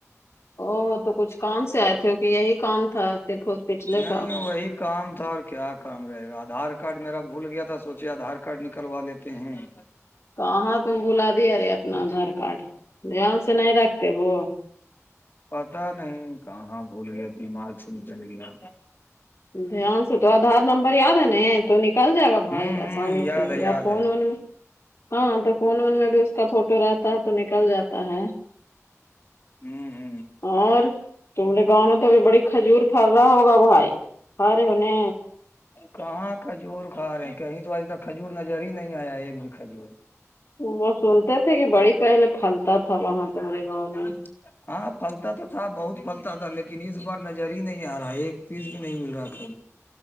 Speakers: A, on the left; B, on the left.
A: او ہو تو کچھ کام سے آئے تھے کہ یہی کام تھا صرف ہاسپٹلے
B: نہیں
A: کا
B: وہی کام تھا اور کیا کام رہے گا آدھار کارڈ میرا بھول گیا تھا سوچے آدھار کارڈ نکلوا لیتے ہیں
A: تو آاں تم بلا دیا رے اپنا آدھار کارڈ دھیان سے نہیں رکھتے ہو <unintelligible>
B: پتا نہیں کہاں بھول گیا دماغ سے نکل گیا
A: دھیان سے تو آدار نمبر یاد ہے ن تو نکل جائے گا
B: ہوں
A: <unintelligible> بھائی
B: ہوں
A: آسانی
B: یاد
A: سے
B: ہے یاد
A: یا فون
B: ہے
A: وون میں ہاں تو فون وون میں بھی اس کا فوٹو رہتا ہے تو نکل جاتا ہے
B: ہمم
A: اور تمے گاؤں میں توھی بڑی کھجور پر رہا ہوگا بھائی آرے نہی
B: کہاں کھجور کھا رہے ہیں کہیں تو آج تک کھجور نظر ہی نہیں آیا ہے ایک بھی کھجور
A: وہ سنتے تھے کہ بڑی پہلے پھلتا تھا وہاں تمہارے گاؤں
B: <unintelligible>
A: میں
B: ہاں پھلتا تو تھا بہت پھلتا تھا لیکن اس بار نظر ہی نہیں آ رہا ایک پیس بھی نہیں مل رہا تھا